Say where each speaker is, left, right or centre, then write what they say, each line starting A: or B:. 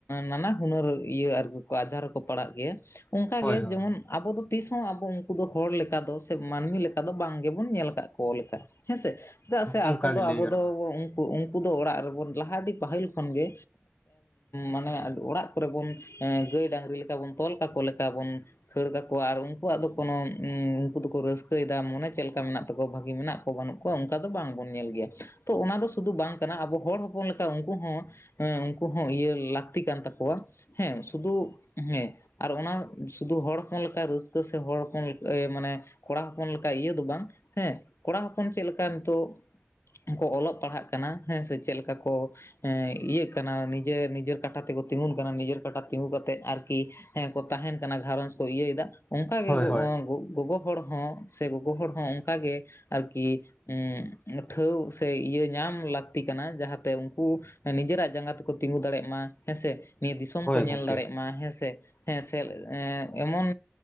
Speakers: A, on the left; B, on the left.
A: ᱱᱟᱱᱟ ᱦᱩᱱᱟᱹᱨ ᱤᱭᱟᱹ ᱟᱨ ᱟᱡᱟᱨ ᱨᱮᱠᱚ ᱯᱟᱲᱟᱜ ᱜᱮᱭᱟ ᱾ ᱚᱱᱠᱟ
B: ᱦᱳᱭ
A: ᱜᱮ
B: ᱦᱳᱭ
A: ᱡᱮᱢᱚᱱ ᱟᱵᱚ ᱫᱚ ᱛᱤᱥᱦᱚᱸ ᱟᱵᱚ ᱩᱱᱠᱩ ᱫᱚ ᱦᱚᱲ ᱞᱮᱠᱟ ᱫᱚ ᱥᱮ ᱢᱟᱹᱱᱢᱤ ᱞᱮᱠᱟ ᱫᱚ ᱵᱟᱝ ᱜᱮᱵᱚᱱ ᱧᱮᱞ ᱟᱠᱟᱫ ᱠᱚ ᱞᱮᱠᱟ ᱾ ᱦᱮᱸᱥᱮ ᱾ ᱪᱮᱫᱟᱜ ᱥᱮ
B: ᱚᱱᱠᱟ
A: ᱟᱠᱚ ᱫᱚ
B: ᱜᱮ ᱞᱟᱹᱭ
A: ᱟᱵᱚ
B: ᱜᱟᱱᱚᱜᱼᱟ
A: ᱫᱚ ᱩᱱᱠᱩ ᱫᱚ ᱚᱲᱟᱜ ᱨᱮᱵᱚᱱ ᱞᱟᱦᱟ ᱟᱹᱰᱤ ᱯᱟᱹᱦᱤᱞ ᱠᱷᱚᱱ ᱜᱮ ᱢᱟᱱᱮ ᱚᱲᱟᱜ ᱠᱚᱨᱮ ᱵᱚᱱ ᱜᱟᱹᱭ ᱰᱟᱝᱨᱤ ᱞᱮᱠᱟ ᱵᱚᱱ ᱛᱚᱞ ᱠᱟᱠᱚ ᱞᱮᱠᱟ ᱵᱚᱱ ᱠᱷᱟᱹᱲ ᱠᱟᱠᱚᱣᱟ ᱾ ᱟᱨ ᱩᱱᱠᱩᱣᱟᱜ ᱫᱚ ᱠᱳᱱᱳ ᱩᱱᱠᱩ ᱫᱚᱠᱚ ᱨᱟᱹᱥᱠᱟᱹᱭᱮᱫᱟ ᱢᱚᱱᱮ ᱪᱮᱫ ᱞᱮᱠᱟ ᱢᱮᱱᱟᱜ ᱛᱟᱠᱚᱣᱟ ᱵᱷᱟᱹᱜᱤ ᱢᱮᱱᱟᱜ ᱵᱟᱹᱱᱩᱜ ᱠᱚᱣᱟ ᱚᱱᱠᱟ ᱫᱚ ᱵᱟᱝᱵᱚᱱ ᱧᱮᱞ ᱜᱮᱭᱟ ᱾ ᱛᱚ ᱚᱱᱟ ᱫᱚ ᱥᱩᱫᱩ ᱵᱟᱝ ᱠᱟᱱᱟ ᱟᱵᱚ ᱦᱚᱲ ᱦᱚᱯᱚᱱ ᱞᱮᱠᱟ ᱩᱱᱠᱩ ᱦᱚᱸ ᱦᱮᱸ ᱩᱱᱠᱩ ᱦᱚᱸ ᱤᱭᱟᱹ ᱞᱟᱹᱠᱛᱤ ᱠᱟᱱ ᱛᱟᱠᱚᱣᱟ ᱾ ᱦᱮᱸ ᱥᱩᱫᱩ ᱦᱮᱸ ᱟᱨ ᱚᱱᱟ ᱥᱩᱫᱩ ᱦᱚᱲ ᱦᱚᱯᱚᱱ ᱞᱮᱠᱟ ᱨᱟᱹᱥᱠᱟᱹ ᱥᱮ ᱦᱚᱲ ᱦᱚᱯᱚᱱ ᱢᱟᱱᱮ ᱠᱚᱲᱟ ᱦᱚᱯᱚᱱ ᱞᱮᱠᱟ ᱤᱭᱟᱹ ᱫᱚ ᱵᱟᱝ ᱦᱮᱸ ᱾ ᱠᱚᱲᱟ ᱦᱚᱯᱚᱱ ᱪᱮᱫ ᱞᱮᱠᱟ ᱱᱤᱛᱚᱜ ᱠᱚ ᱚᱞᱚᱜ ᱯᱟᱲᱦᱟᱜ ᱠᱟᱱᱟ ᱦᱮᱸ ᱥᱮ, ᱪᱮᱫ ᱞᱮᱠᱟ ᱠᱚ ᱮᱜ ᱤᱭᱟᱹᱜ ᱠᱟᱱᱟ ᱱᱤᱡᱮᱨ ᱱᱤᱡᱮᱨ ᱠᱟᱴᱟ ᱛᱮᱠᱚ ᱛᱤᱸᱜᱩᱱ ᱠᱟᱱᱟ, ᱱᱤᱡᱮᱨ ᱠᱟᱴᱟ ᱛᱤᱸᱜᱩ ᱠᱟᱛᱮᱜ ᱟᱨᱠᱤ ᱦᱮᱸ ᱠᱚ ᱛᱟᱦᱮᱱ ᱠᱟᱱᱟ ᱜᱷᱟᱨᱚᱸᱡᱽ ᱠᱚ ᱤᱭᱟᱹᱭᱮᱫᱟ, ᱚᱱᱠᱟ
B: ᱦᱳᱭ
A: ᱜᱮ
B: ᱦᱳᱭ
A: ᱜᱚᱜᱚ ᱦᱚᱲ ᱦᱚᱸ ᱥᱮ ᱜᱚᱜᱚ ᱦᱚᱲ ᱦᱚᱸ ᱚᱱᱠᱟ ᱜᱮ ᱟᱨᱠᱤ ᱦᱩᱸ ᱾ ᱴᱷᱟᱹᱣ ᱥᱮ ᱤᱭᱟᱹ ᱧᱟᱢ ᱞᱟᱹᱠᱛᱤ ᱠᱟᱱᱟ ᱡᱟᱦᱟᱸᱛᱮ ᱩᱱᱠᱩ ᱱᱤᱡᱮᱨᱟᱜ ᱡᱟᱸᱜᱟ ᱛᱮᱠᱚ ᱛᱤᱸᱜᱩ ᱫᱟᱲᱮᱭᱟᱜ ᱢᱟ ᱦᱮᱸ ᱥᱮ ᱾ ᱱᱤᱭᱟᱹ ᱫᱤᱥᱚᱢ
B: ᱦᱳᱭ
A: ᱠᱚ
B: ᱜᱚᱝᱠᱮ
A: ᱧᱮᱞ ᱫᱟᱲᱮᱭᱟᱜ ᱢᱟ ᱦᱮᱸ ᱥᱮ ᱾ ᱦᱮᱸ ᱥᱮ ᱮᱢᱚᱱ